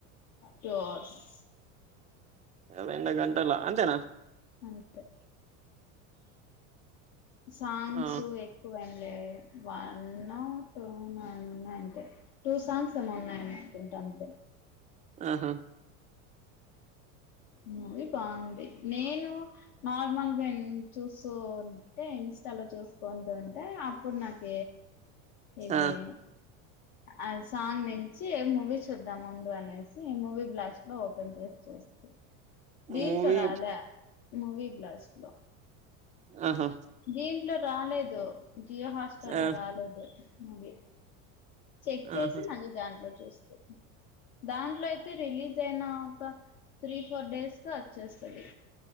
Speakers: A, on the left; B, on the right.
A: టోర్స్
B: మేడం ఎండు గంటలా అంతేనా
A: అంతే సాంగ్సు
B: ఆ
A: ఎక్ టూవన్లే వన్ టూ న ఉన్నా అంతే టూ సాంగ్స్ ఏమో ఉన్నాయన తింటండు
B: ఆహా
A: మూవి బాగుంది నేను నార్మల్గా ఎన్ చూస్ సో అంటే ఇన్స్టాలో చూసుకుంటూ ఉంటే అప్పుడు నాక ఎవ్వె
B: ఆ
A: ఆ సాంగ్ నుంచి మూవీ చూద్దాం ముందు అనేసి ఈ మూవీ బ్లాస్ట్ నో ఓపెన్ చూస్తే దీంట్లో
B: మూవీ
A: రాలే మూవీ బ్లాస్ట్ లో
B: ఆహా
A: దీంట్లో రాలేదు జియో హాస్టర్ల్లో
B: ఆ
A: రాలేదు మూవి చెక్ చేసి
B: ఆహా
A: మళ్ళీ దాంట్లో చూస్తే దాంట్లో అయితే అయితే రిలీజ్ అయిన ఒక త్రీ ఫోర్ డేస్ క వచ్చేస్తది